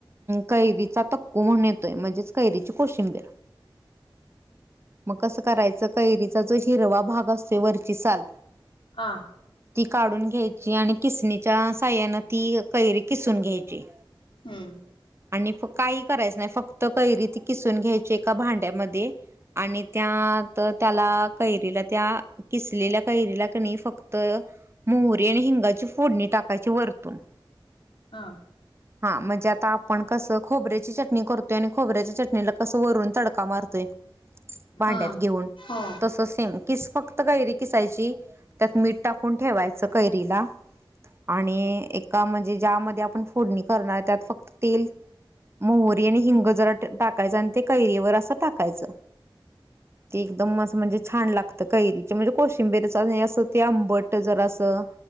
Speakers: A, on the right; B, on the left.
A: कैरीचा तक्कू म्हण येतोय म्हणजेच कैरीची कोशिंबीर <inaudible> मग कसं करायचं कैरीचा जो हिरवा भाग असतो वरची साल
B: हा
A: ती काढून घ्यायची आणि किसणीच्या साहाय्यानत ती कैरी किसून घ्यायची
B: हम्म
A: आणि काही करायचं नाही फक्त कैरी ती किसून घ्यायची एका भांड्यामध्ये आणि त्या त्याला कैरीला त्या किसलेल्या कैरीला कनी फक्त तर मोहरी आणि हिंगाची फोडणी टाकायची वरतून
B: हा
A: हा म्हणजे आता आपण कसं खोबऱ्याची चटणी करतोय आणि खोबऱ्याच्या चटणीला कसं वरून तडका मारतोय भांड्यात
B: हा
A: घेऊन
B: हो
A: तस सेम किस फक्त गयरी किसायची त्यात मीठ टाकून ठेवायच कैरीलाआणि एका म्हणजे ज्यामध्ये आपण फोडणी त्यात फक्त तेल मोहरी हिंग जरा टाकायच करी वर अस टाकायच एकदम म्हणजे छान लागत कैरी म्हणजे कोशिंबीरीचा अस ते आंबट जर असं